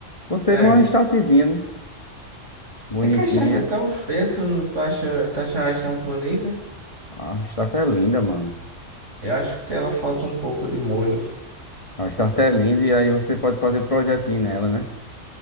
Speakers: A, on the left; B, on the right.
A: Conselho
B: É.
A: uma startzinha, né? Bonitinha.
B: É que a Start é tão feia, tu, não- tu acha, tu acha a Start bonita?
A: A start é linda, mano.
B: Eu acho que ela falta um pouco de molho.
A: A start é linda e aí você pode fazer projetinho nela, né?